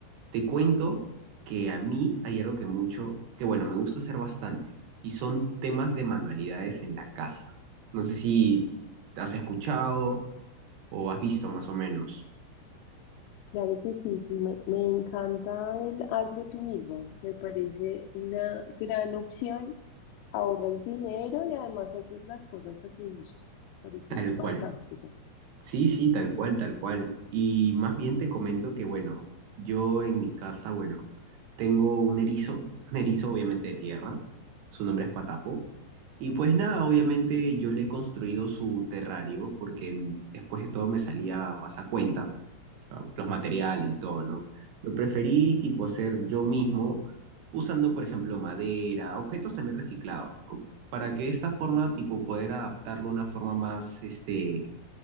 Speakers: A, on the right; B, on the left.
A: te cuento que a mí hay algo que mucho, que bueno, me gusta hacer bastante, y son temas de manualidades en la casa. No sé si has escuchado o has visto más o menos,
B: Claro que sí, sí, me, me encanta el hazlo tú mismo. Me parece una gran opción. Ahorras dinero y además haces las cosas a tu gusto. Parece
A: tal cual.
B: fantástico.
A: Sí, sí, tal cual, tal cual. Y más bien te comento que, bueno, yo en mi casa, bueno, tengo un erizo, <laughs> un erizo obviamente de tierra, su nombre es Patapo. Y pues nada, obviamente yo le he construido su terrario porque mm, después de todo me salía más a cuenta, o sea, los materiales y todo, ¿no? Lo preferí tipo hacer yo mismo, usando por ejemplo madera, objetos también reciclados, ¿no? Para que de esta forma tipo poder adaptarlo a una forma más, este